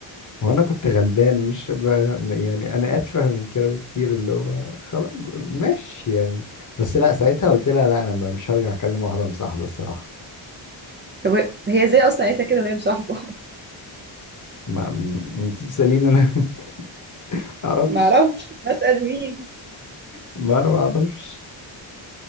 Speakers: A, on the left; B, on the right.
A: وانا كنت غلبان مش ب... يعني انا اتفه من كده بكتير اللي هو خلاص ماشي يعني بس لا ساعتها قلت لها لا انا مش هرجع اكلم واحده مصاحبه الصراحه
B: طب هي ازاي اصلا قالت لك كده وهي مصاحبة
A: ما م- انت تساليني انا <laughs> ما
B: <laughs>
A: اعرفش
B: معرفش بسأل مين
A: ما انا ما اعرفش